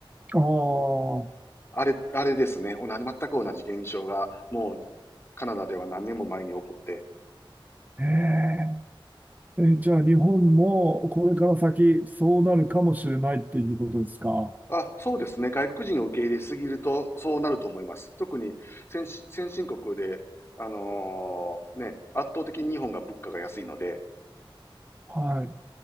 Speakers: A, on the right (about 20°); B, on the left (about 25°).
A: あ
B: あれ、あれですね。同じ、全く同じ現象が、もう、カナダでは何年も前に起こって。
A: あ、えええ、じゃあ日本もこれから先そうなるかもしれないっていうことですか
B: あ、そうですね。外国人を受け入れすぎると、そうなると思います。特に先、先進国で、あのーね、圧倒的に日本が物価が安いので、
A: はい。